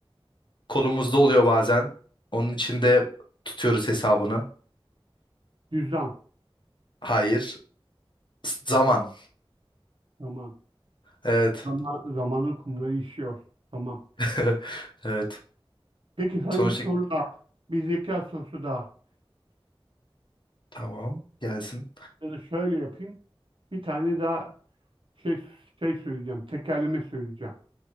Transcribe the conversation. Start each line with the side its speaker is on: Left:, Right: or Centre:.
Left: kolumuzda oluyor bazen. Onun için de tutuyoruz hesabını.
Right: düzen.
Left: Hayır. S- Zaman.
Right: Zaman,
Left: Evet.
Right: zaman, zamanın kumları işiyor. Tamam.
Left: <laughs> Evet.
Right: Peki sana
Left: Sonuçta
Right: bir soru daha. Bir zeka sorusu daha.
Left: tamam. Gelsin.
Right: Ya da şöyle yapayım. Bir tane daha şey şey söyleyeceğim. Tekerleme söyleyeceğim.